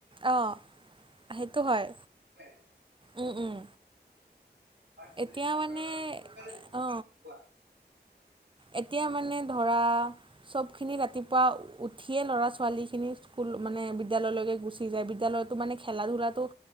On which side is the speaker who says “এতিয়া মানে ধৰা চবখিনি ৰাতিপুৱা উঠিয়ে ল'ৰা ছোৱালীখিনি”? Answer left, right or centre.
Right